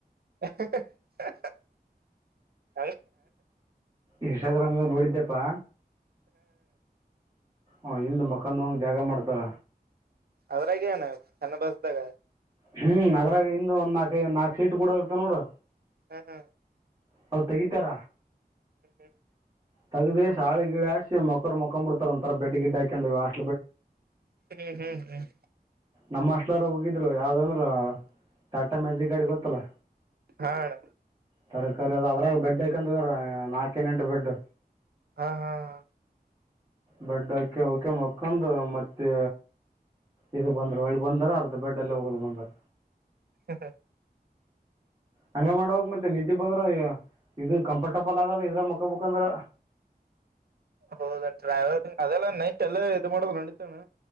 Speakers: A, on the right; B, on the right.
A: ಹ ಹಾ ಹಹ
B: ಇನ್ಸ್ಟಾಗ್ರಾಮ್ ನೋಡಿದ್ದೆಪ್ಪಾ ಹ ಹಿಂದ ಮಕಾನ್ ಹೋಗಕ ಜಾಗ ಮಾಡ್ತಾರ
A: ಅದ್ರಾಗ ಏನು ಚೆನ್ನ ಬಸ್ದಾಗ
B: ಹ್ಮ್ ಅದ್ರಾಗ ಇಂದು ಒಂದ ನಾಕ ನಾಕ್ ಸೀಟ್ ಕೂಡ ಇರ್ತೇವ ನೋಡು
A: ಹ ಹ
B: ಹೌ ತಗಿತರ
A: ಹ್ಮ್ ಹ್ಮ್
B: ತಗ್ದಿ ಶಾೆ ಗಿಡಾಿ ಮಕ್ಕರು ಮೊಕೊ್ ಬಿಡ್ತಾರ ಒಂಥರ ಬೆಡ್ ಗಿಡ್ ಹಾಕೊಂಡ್
A: ಹ್ಮ್ ಹ್ಮ್ ಹ್ಮ್
B: ನಮ್ಮ ಹಸ್ಟೆಲ್ರು ಹೋಗಿದ್ರು ಯಾವ್ದಂದ್ರ ಟಾಟಾ ಮ್ಯಾಜಿಕ್ ಗಾಡಿ ಗೊತ್ತಲ್ಲ
A: ಹಾ ಅಣ್ಣ
B: ತರಕಾರಿ ಅದ ಅದ್ರಾಗ ಬೆಡ್ ಅಕಂತರ ಅಣ ನಾಲ್ಕೇಿನೆಂಟು ಬೆಡ್
A: ಹಾ ಹಾ ಹ
B: ಬೆಡ್ ಹಾಕಿ ಅವಕೆ ಮಕ್ಕೊಂಡ್ ಮತ್ತೆ ಇದು ಬಂದ್ರ ಒಳ್ಳಿ ಬಂದಾರ ಅರ್ಧ ಬೆಡ್ ಅಲ್ಲಿ ಹೋಗೋದು ಬಂದಾರ
A: ಹ ಹಾ
B: ಹಂಗೇ ಮಾಡೋಗ ಮತ್ತೆ ನಿದ್ದೆ ಬಂದ್ರ ಈಗ ಇದು ಕಂಫರ್ಟಬಲ್ ಆಗಲ್ಲ ಇದ್ರಲಿ ಮಕ್ಕಬ್ಅಂದ್ರೇ
A: ಹೌದ ಟ್ರಾವೆಲಿಂಗ್ ಅದೆಲ್ಲ ನೈಟ್ ಎಲ್ಲ ಇದು ಮಾಡದು ನಡಿತವಣ